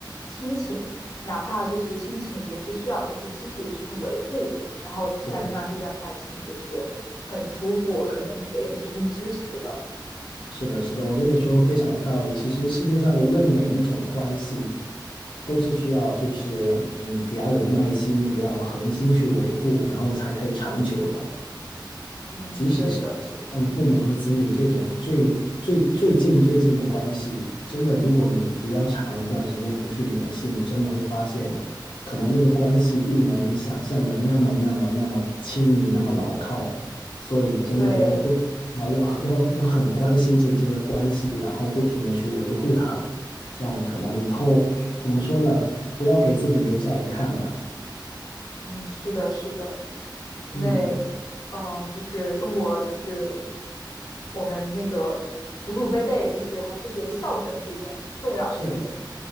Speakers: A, on the left; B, on the left.
A: 亲情哪怕就是亲情，也是需要就是积极的去维护，然后才能让这段感情就是很舒服，
B: 对，
A: 很能给人提供支持的。
B: 是的，是的，我觉得你说的非常有道理。其实世界上无论哪一种关系，都是需要就是嗯比较有耐心、比较恒心去维护，然后才可以长久的。
A: 嗯，
B: 即使是
A: 对的，对的，
B: 像父母和子女这种最最最近最近的关系，真的，如果你比较长一段时间不去联系，你真的会发现，可能那个关系并没有你想象的那么那么那么亲密，那么牢靠。所以真的要不，
A: 对。
B: 要要要要很关心这这个关系，然后不停的去维护它，这样可能以后怎么说呢？不要给自己留下遗憾吧。
A: 嗯，是的，是的，因为，
B: 嗯，
A: 嗯，就是中国，就是我们那个祖祖辈辈，就是还是觉得孝顺是一件很重要的事情。
B: 是